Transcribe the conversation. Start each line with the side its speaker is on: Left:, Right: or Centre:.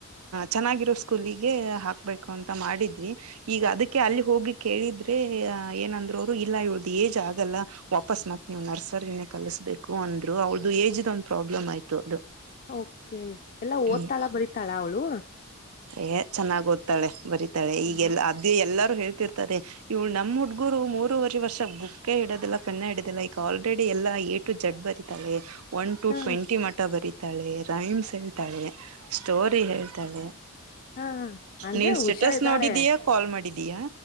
Right: ಚೆನ್ನಾಗಿರೋ ಸ್ಕೂಲಿಗೆ ಹಾಕಬೇಕು ಅಂತ ಮಾಡಿದ್ವಿ ಈಗ ಅದಕ್ಕೆ ಅಲ್ಲಿ ಹೋಗಿ ಕೇಳಿದ್ರೆ ಅ ಏನಂದ್ರು ಅವ್ರು ಇಲ್ಲ ಇಳ್ದು ಏಜ್ ಆಗಲ್ಲ ವಾಪಸ್ ಮತ್ತ ನೀವು ನರ್ಸರಿನೇ ಕಲಸ್ಬೇಕು ಅಂದ್ರು ಅವ್ರ್ದ ಏಜ್ದ್ ಒಂದ್ ಪ್ರಾಬ್ಲಮ್ ಆಯ್ತು ಅದು
Left: ಓಕೆ ಎಲ್ಲಾ ಓದ್ತಾಳ
Right: ಹ್ಮ್
Left: ಬರತಾಳ ಅವಳು
Right: ಏ ಚೆನ್ನಾಗ ಓದ್ತಾಳೆ ಬರೀತಾಳೆ
Left: ಹ
Right: ಈಗೆಲ್ಲ ಅದ ಎಲ್ಲಾರು ಹೇಳ್ತಿರ್ತಾರೆ ಇವ್ ನಮ್ಮ್ ಹುಡ್ಗುರು ಮೂರವರೆ ವರ್ಷ ಬುಕ್ ಹಿಡದಿಲ್ಲಫೆನ್ನ ಹಡಿದದಿಲ್ಲ ಈಗ ಆಲ್ರೆಡಿ ಎಲ್ಲಾ ಜಗ್ಗ ಬರಿತಳೆ ಒನ್ ಟು
Left: ಹಾ
Right: ಟ್ವೆಂಟಿ ಮಠ ಬರೀತಾಳೆ ರೈಮ್ಸ್ ಹೇಳ್ತಾಳೆ ಸ್ಟೋರಿ ಹ ತಳೆ
Left: ಹಾ ಅಂದ್ರೆ
Right: ನೀನ್ ಸ್ಟೇಟಸ್
Left: ಹುಷಾರ್ ಇದ್ದಾಳೆ
Right: ನೋಡಿದೀಯಾ ಕಾಲ್ ಮಾಡಿದೀಯಾ